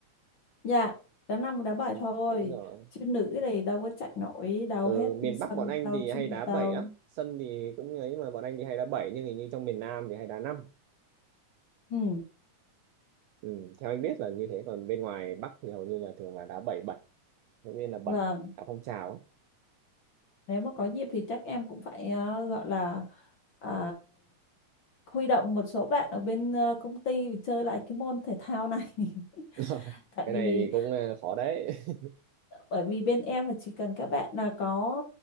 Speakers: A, on the left (about 50°); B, on the right (about 80°).
A: dạ đá nam đá bài thôi
B: đúng rồi
A: chứ nữ thì đâu có chạy nổi đâu
B: ừ,
A: hết
B: miền
A: sân
B: Bắc bọn anh
A: đâu
B: thì
A: chuyên
B: hay đá
A: nghiệp
B: bảy
A: đâu
B: lắm sân thì cũng như ấy mà bọn anh thì hay đá bảy nhưng hình như trong miền Nam thì hay đá năm
A: ừ
B: ừ, theo anh biết là như thế còn bên ngoài Bắc thì hầu như là thường là đá bảy bảy đầu tiên là
A: vâng
B: bảy đá phong trào
A: nếu mà có dịp thì chắc em cũng phải ờ, gọi là à, huy động một số bạn ở bên ờ, công ty để chơi lại cái môn thể thao này <laughs>
B: ấy. <laughs>
A: tại
B: cái
A: vì
B: này thì cũng à, khó đấy <laughs>
A: bởi vì bên em là chỉ cần các bạn là có